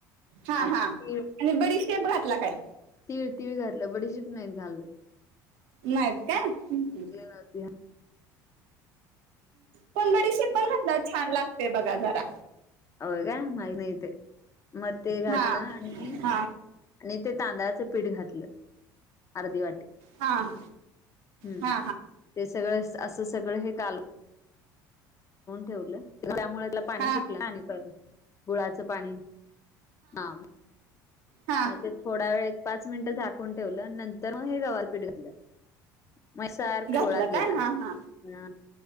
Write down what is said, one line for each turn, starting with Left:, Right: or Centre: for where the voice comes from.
Right: हा
Left: आणि
Right: हा आणि बडीशेप घातला काय?
Left: तीळ-तीळ घातलं बडीशीप नाहीत घाललं.
Right: नाहीत काय? हम्म ह.
Left: नव्हती
Right: पण बडीशी पण खूप छान लागतेय बघा जरा.
Left: हो काय माहीत नाही ते मग ते घातलं
Right: हा
Left: आणि.
Right: हा
Left: आणि ते तांदळाचं पीठ घातलं, अर्धी वाटी.
Right: हा हा
Left: <inaudible> हम्म
Right: हा
Left: ते सगळं अस सगळं हे काल. ठेवलं त्यामुळे पाणी
Right: हा
Left: सुटलं पाणी. गुळाचं पाणी, हा.
Right: हा
Left: मग ते थोडा वेळ एक, पाच मिनटं झाकून ठेवलं नंतर मग हे गवलपीठ घेतलं. म सारखा
Right: घातलं
Left: गोळा केला
Right: काय हा हा
Left: ह.